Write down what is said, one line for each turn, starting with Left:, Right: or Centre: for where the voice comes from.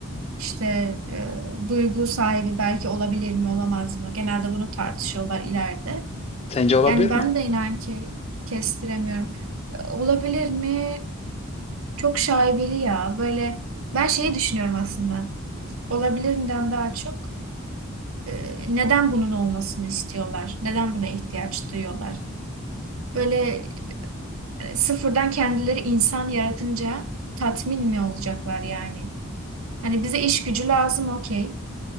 Right: İşte e, duygu sahibi belki olabilir mi olamaz mı? Genelde bunu tartışıyorlar ileride.
Left: Sence olabilir
Right: Yani ben
Left: mi?
Right: de inan ki kestiremiyorum. E, Olabilir mi? Çok şaibeli ya. Böyle ben şeyi düşünüyorum aslında. Olabilirimden daha çok. E, neden bunun olmasını istiyorlar? Neden buna ihtiyaç duyuyorlar? Böyle e, sıfırdan kendileri insan yaratınca tatmin mi olacaklar yani? Hani bize iş gücü lazım okey.